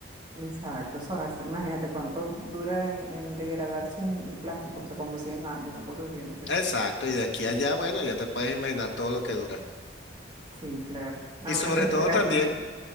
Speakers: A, on the right; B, on the left.
A: exacto. Eso hace- imagínate cuánto dura en, en degradarse un, un plástico, o sea, como 100 años, una cosa así, no sé.
B: Exacto, y de aquí a allá, bueno, ya te puedes imaginar todo lo que dura.
A: Sí, claro. A
B: Y
A: menos
B: sobre
A: que
B: todo
A: sea la
B: también,
A: floja.